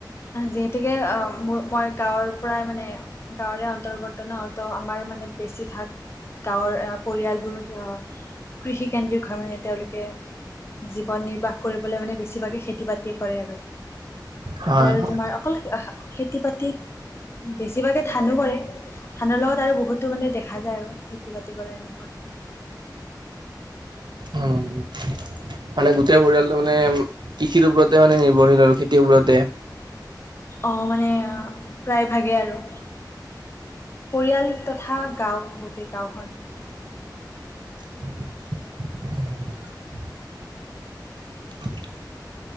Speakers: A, on the left; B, on the right.
A: যিহেতুকে মোৰ মই গাঁৱৰ পৰাই মানে গাঁৱৰে অন্তৰ্গত নত আমাৰ মানে বেছিভাগ গাঁৱৰ আহ পৰিয়ালবোৰ আহ কৃষি কেন্দ্ৰিক হয় মানে তেওঁলোকে জীৱন নিৰ্বাহ কৰিবলৈ মানে বেছিভাগে খেতি বাতি কৰে আৰু
B: হয়
A: তাতে আৰু
B: হয়
A: তোমাৰ অকল খেতি বাতি বেছিভাগে ধানো কৰে। ধানৰ লগত আৰু বহুতো মানে দেখা যায় আৰু খেতি বাতি কৰা এনেকুৱা।
B: উম। মানে গোটেই পৰিয়ালটো মানে কৃষিৰৰ ওপৰতে মানে নিৰ্ভৰশীল আৰু খেতিৰ ওপৰতে।
A: অঁ', মানে প্ৰায় ভাগে আৰু। পৰিয়াল তথা গাও গোটেই গাঁওখন।
B: <inaudible> <unintelligible>